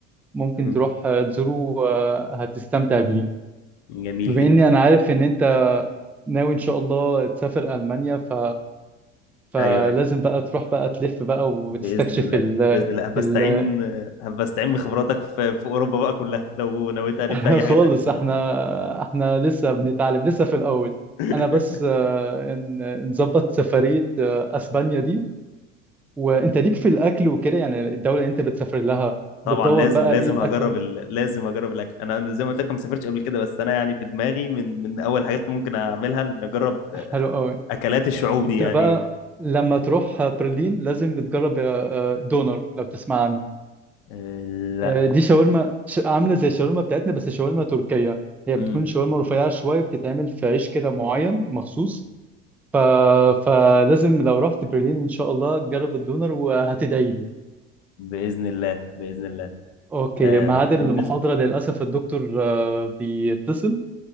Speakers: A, in the centre; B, on the left (about 55°).
A: ممكن
B: امم
A: تروح آه، تزوره آه، هتستمتع بيه
B: جميل
A: بما
B: جدا
A: اني انا عارف ان انت ناوي ان شاء الله تسافر المانيا ف فلازم
B: ايوه ايوه
A: بقى تروح بقى تلف بقى وتستكشف
B: باذن الله
A: ال
B: باذن الله هبستعين
A: ال
B: هبستعين بخبراتك في في اوروبا بقى كلها لو نويت الف
A: <laughs>
B: في اي حاجه
A: خالص
B: تانيه
A: احنا احنا لسه بنتعلم لسه في الاول
B: <laughs>
A: انا بس آه، ن- نظبط سفرية آه، اسبانيا دي وانت ليك في الاكل وكده يعني الدولة اللي انت بتسافر لها
B: طبعا
A: بتدور
B: لازم
A: بقى
B: لازم
A: ايه الاكل
B: هجرب ال... لازم هجرب الاكل انا زي ما قلت لك ما سافرتش قبل كده بس انا يعني في دماغي من من اول حاجات اللي ممكن اعملها نجرب
A: حلو قوي
B: اكلات الشعوب
A: انت
B: دي يعني
A: بقى لما تروح برلين لازم تجرب آه، آه، دونر لو تسمع عنه
B: آه لا
A: آه، دي شاورما ش... عامله زي الشاورما بتاعتنا بس شاورما تركيه هي بتكون
B: امم
A: شاورما رفيعه شويه بتتعمل في عيش كده معين مخصوص ف... فلازم لو رحت برلين ان شاء الله تجرب الدونر وهتدعي لي
B: باذن الله باذن الله
A: اوكي
B: آه
A: ميعاد
B: بالنسبه
A: المحاضره للاسف الدكتور آه، بيتصل